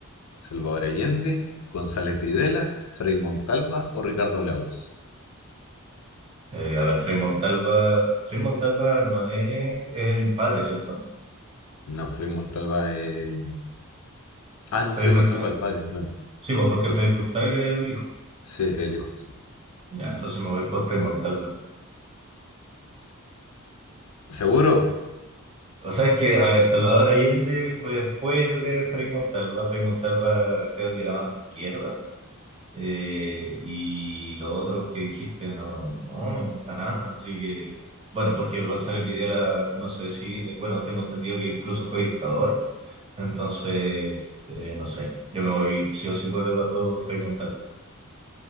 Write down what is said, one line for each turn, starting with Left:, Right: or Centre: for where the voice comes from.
Left: ¿Salvador Allende, González Videla, Frei Montalva o Ricardo Lagos?
Right: Eh, a ver, Frei Montalva. Frei Montalva no es el padre, ¿cierto?
Left: No, Frei Montalva es... Ah, no,
Right: Frei
Left: Frei
Right: Rustac.
Left: Montalva el padre, claro.
Right: Sí, pues porque
Left: Pero-
Right: Frei Rustac es el hijo.
Left: Sí, el hijo, sí.
Right: Ya, entonces me voy por Frei Montalva.
Left: ¿Seguro?
Right: O sea, es que, a ver, Salvador Allende fue después de Frei Montalva. Frei Montalva creo que era más de izquierda. Eh, y los otros que dijiste, no, no, no, para nada. Así que, bueno, porque González Videla, no sé si, eh, bueno, tengo entendido que incluso fue dictador. Entonces, eh, no sé, yo me voy sí o sí por Eduardo Frei Montalva.